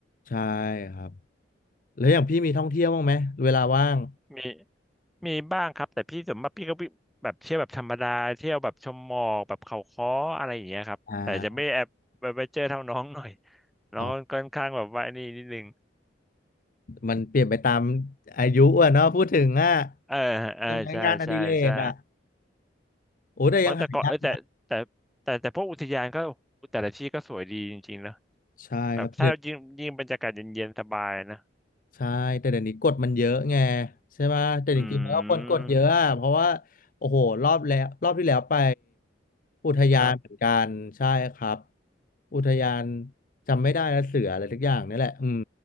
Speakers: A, on the left; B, in the centre.
A: ใช่ครับแล้วอย่างพี่มีท่องเที่ยวบ้างไหมเวลาว่าง
B: มีมีบ้างครับแต่พี่ส่วนมากพี่ก็วิแบบเที่ยวแบบธรรมดาเที่ยวแบบชมหมอกแบบเขาค้ออะไรอย่างเงี้ยครับแต่จะไม่แอบไปไปเจอเท่าน้องหน่อย
A: อ่า
B: น้องค่อนข้างแบบว่านี่นิดนึง
A: อ๋อมันเปลี่ยนไปตามอายุอ่ะเนาะพูดถึงอ่ะ
B: เออเออใช่ใช่ใช่
A: ใช่ไหมงานอดิเรกอ่ะโอ้แต่ยังหายาก
B: เพราะแต่ก่อนเออแต่แต่แต่แต่พวกอุทยานก็แต่ละที่ก็สวยดีจริงๆนะ
A: ใช่ครับ
B: แบบถ้ายิ่งยิ่งบรรยากาศเย็นๆสบายนะ
A: ใช่แต่เดี๋ยวนี้กฎมันเยอะไงใช่ไหมแต่จริงๆแล้วคนกดเยอะอะเพราะว่า
B: อืม
A: โอ้โหรอบแล้วรอบที่แล้วไปอุทยานเหมือนกันใช่ครับ
B: ครับ
A: อุทยานจำไม่ได้แล้วเสืออะไรทุกอย่างนี่แหละอืม